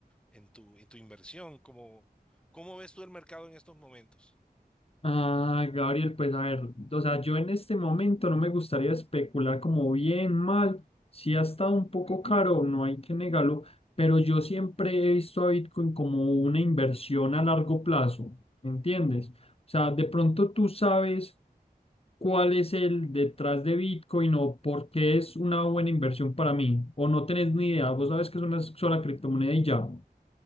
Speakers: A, in the centre; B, on the left (about 35°).
A: en tu, en tu inversión, como, ¿cómo ves tú el mercado en estos momentos?
B: Ah, Gabriel, pues a ver, o sea, yo en este momento no me gustaría especular como bien, mal, si ha estado un poco caro, no hay que negarlo, pero yo siempre he visto a Bitcoin como una inversión a largo plazo, ¿me entiendes? O sea, de pronto tú sabes cuál es el detrás de Bitcoin o por qué es una buena inversión para mí, o no tenés ni idea, vos sabes que es una sola criptomoneda y ya.